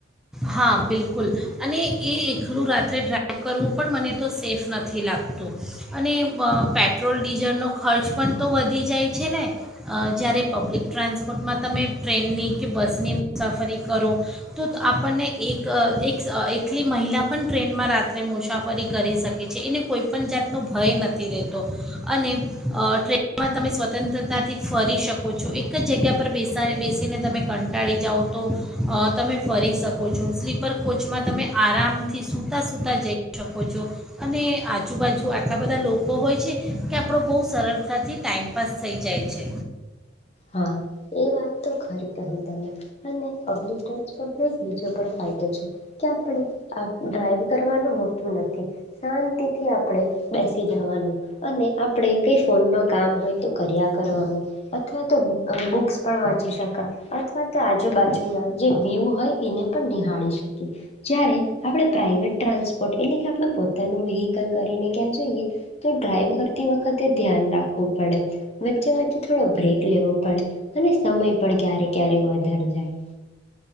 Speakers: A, in the centre; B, on the left.
A: હા બિલકુલ અને એ એકલું રાત્રે ડ્રાઇવ કરવું પણ મને તો સેફ નથી લાગતું અને પેટ્રોલ ડીઝલનો ખર્ચ પણ તો વધી જાય છે ને અ જ્યારે પબ્લિક ટ્રાન્સપોર્ટમાં તમે ટ્રેનની કે બસની મુસાફરી કરો તો આપ પણને એક એક એકલી મહિલા પણ ટ્રેનમાં રાત્રે મુસાફરી કરી શકે છે એને કોઈપણ જાતનો ભય નથી રહેતો અને ટ્રેનમાં તમે સ્વતંત્રતાથી ફરી શકો છો એક જ જગ્યા પર બેસા બેસીને તમે કંટાળી જાઓ તો અ તમે ફરી શકો શકો છો સ્લીપર કોચમાં તમે આરામ સૂતા સુૂતા જઈ શકો છો અને આજુબાજુ આટલા બધા લોકો હોય છે કે આપણો બહુ સરળતાથી ટાઈમપાસ થઈ જાય છે
B: હા એ વાત તો ખરી કહી તમે અને પબ્લિક ટ્રાન્સપોર્ટ નો એક બીજો પણ ફાયદો છે કે આપણે ડ્રાઈવ કરવાનું હોતું નથી શાંતિથી આપણે બેસી જવાનું અને આપણે કઈ ફોનમાં કામ હોય કર્યા કરવાનું બુક્સ પણ વાંચી શકાય અથવા તો આજુબાજુના જે વ્યુ હોય એને પણ નિહાળી શકીએ જ્યારે આપણે પ્રાાઈવેટ ટ્રાન્સપોર્ટ એટલે કે આપણે પોતાનું વ્હીકલ કરીને ક્યાં જઈએ તો ડ્રાઈવ કરતી વખતે ધ્યાન રાખવું પડે વચ્ચે વચ્ચે થોડો બ્રેક લેવો પડે અને સમય પણ ક્યારે ક્યારેક વધાર જાય